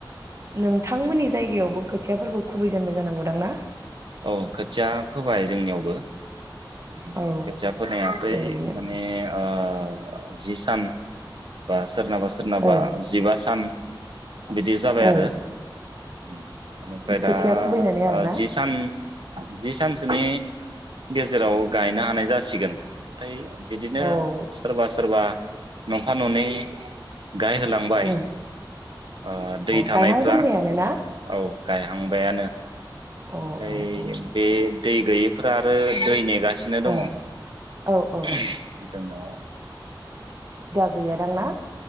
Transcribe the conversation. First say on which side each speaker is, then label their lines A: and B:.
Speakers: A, on the right; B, on the right.
A: नोंथांमोननि जायगायावबो खोथियाफोरखौ खुबैजेनबाय जानांगौ।
B: औ खोथिया फोबाय जोंनियावबो। ओम
A: औ
B: खोथिया फोनो हायाखै
A: ओरैनो
B: माने ओ ओ जि सोरनाबा सोरनाबा
A: औ
B: जिबा सान बिदि जाबाय
A: ओ
B: आरो। उम। एनिफ्राय दा
A: खोथिया खुबैनानै आरोना
B: ओ जि सान <inaudible> जि सान सोनि गेजेराव गायना नाय जासिगोन। यै बिदिनो
A: औ
B: सोरबा सोरबा न'फा न'नै गाय होलांबाय
A: अ
B: ओ दै थानायफ्रा
A: गायहां जेनबायानो ना
B: औ गायहांबायानो। ओमफ्राय
A: अ अ अ ओ
B: बे
A: औ औ गैयादां ना?